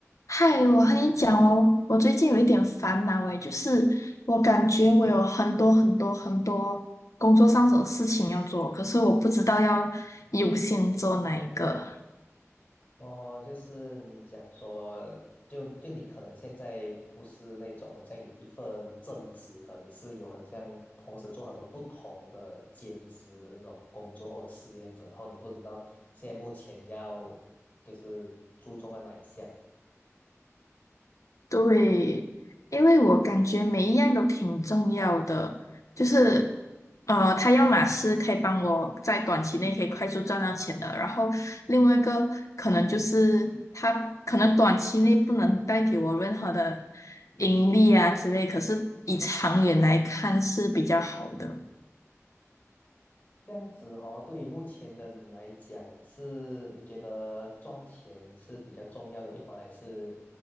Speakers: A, on the left; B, on the left.
A: 嗨，我和你讲哦，我最近有一点烦恼诶，就是我感觉我有很多很多很多工作上的事情要做，可是我不知道要优先做哪一个。
B: 哦，就是你讲说，就就你可能现在不是那种很像有一份正职的，你是有很像同时做很多不同的兼职的这种工作或者事业这样子，然后你不知道现在目前要就是注重在哪一项。
A: 对，因为我感觉每一样都挺重要的，就是呃，他要么是可以帮我在短期内可以快速赚到钱的，然后另外一个可能就是他可能短期内不能带给我任何的盈利啊之类，可是以长远来看是比较好的，
B: 这样子哦，对于目前的你来讲，是你觉得赚钱是比较重要的一环，还是